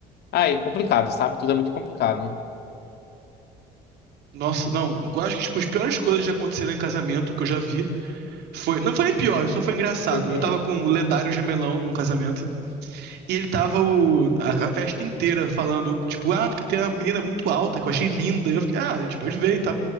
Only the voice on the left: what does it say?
Ai, complicado, sabe? Tudo é muito complicado.
Uhum,